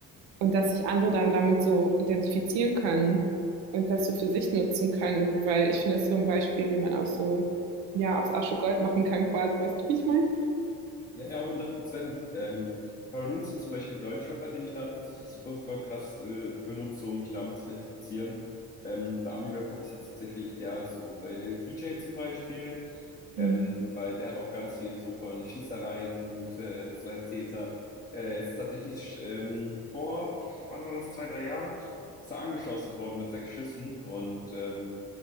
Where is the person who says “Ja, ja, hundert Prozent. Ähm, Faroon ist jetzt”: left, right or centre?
Left